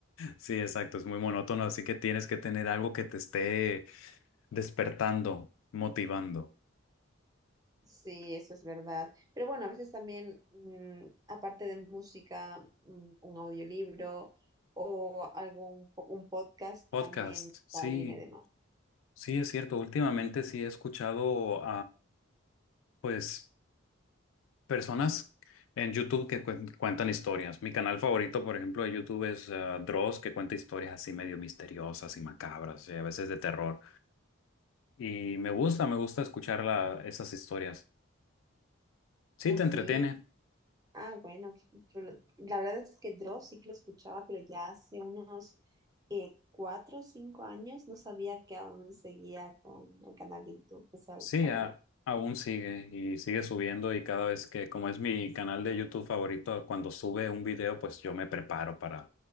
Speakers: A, on the left; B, on the right.
A: sí, exacto, es muy monótono, así que tienes que tener algo que te esté despertando, motivando.
B: Sí, eso es verdad. Pero bueno, a veces también, mm, aparte de música, mm, un audiolibro o algún po- un podcast
A: Podcast,
B: también
A: sí,
B: va, viene de más.
A: sí, es cierto. Últimamente sí he escuchado pues, personas en YouTube que cuen- cuentan historias. Mi canal favorito, por ejemplo, de YouTube es ah, Dross, que cuenta historias así medio misteriosas y macabras, y a veces de terror. Y me gusta, me gusta escuchar la- esas historias. Sí,
B: Así,
A: te entretiene.
B: ah, bueno, qué chulo. la verdad es que Dross sí que lo escuchaba, pero ya hace unos eh, cuatro o cinco años no sabía que aún seguía con el canal de YouTube, que sab-
A: Sí,
B: que sabía.
A: a- aún sigue y sigue subiendo y cada vez que, como es mi canal de YouTube favorito, cuando sube un video, pues yo me preparo para,